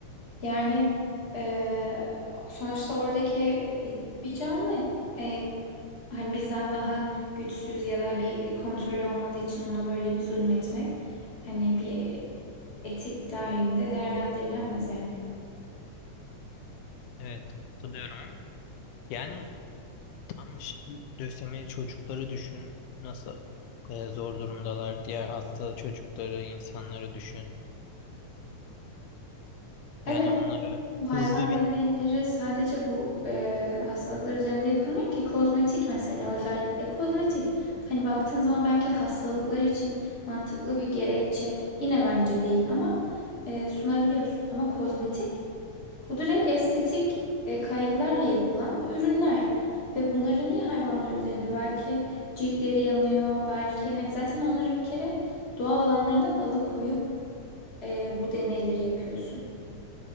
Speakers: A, on the left; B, on the left.
A: Yani eee, sonuçta oradaki e, bir canlı. E, hani bizden daha güçsüz ya da bir kontrolü olmadığı için ona böyle bir zulmetmek. Hani bir etik dahilinde değerlendirilemez yani.
B: Evet, katılıyorum. Yani tam ş- lösemili çocukları düşün. Nasıl e, zor durumdalar. Diğer hasta çocukları, insanları düşün.
A: Evet,
B: Yani onlara
A: bu hayvan
B: hızlı bir
A: deneyleri sadece bu e, hastalıklar üzerinde yapılmıyor ki kozmetik mesela özellikle kozmetik. Hani baktığın zaman belki hastalıklar için mantıklı bir gerekçe yine bence değil ama e, sunabiliyorsun. Ama kozmetik bu direkt estetik e, kaygılarla yapılan ürünler. Ve bunları niye hayvanlar üzerinde? Belki ciltleri yanıyor, belki hani zaten onları bir kere doğal alanlarından alıkoyup e, bu deneyleri yapıyorsun.